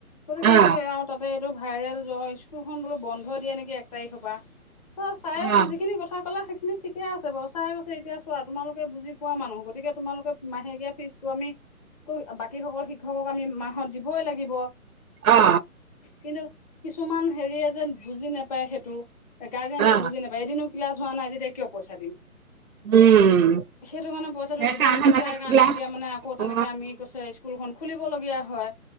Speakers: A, on the left; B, on the right.
A: গতিকে
B: অ
A: বোলো আৰু তাতে এইটো ভাইৰেল জ্বৰ স্কুলখন বোলো বন্ধ বন্ধ দিয়া নেকি এক তাৰিখৰ পৰা, তাৰপা চাৰেও
B: অ
A: যিখিনি কথা ক'লে সেইখিন নি ঠিকে আছে বাৰু চাৰে কৈছে এতিয়া চোৱা তোমালোকে বুজি পোৱা মানুহ গতিকে, তোমালোকে মাহেকীয়া ফিজটো আমি বাকী সকল শিক্ষকক আমি মাহত দিবই লাগিব।
B: অ
A: কিন্তু কিছুমান হেৰিয়ে যে বুজি নাপায় সেইটো। গাৰ্জেন্তে
B: অ
A: বুজি নাপায় এদিন ও ক্লাছ হোৱা নাই যেতিয়া কিয় পইচা দিম।
B: উম।
A: সেইটো কাৰণে পইচাটো
B: সেইকাৰণে
A: দি দিব নিবিচাৰে
B: মানে
A: কাৰণে
B: ক্লাছ
A: এতিয়া মানে আকৌ তেনেকে
B: অ
A: আমি কৈছে স্কুলখন খুলিবলগীয়া হয়।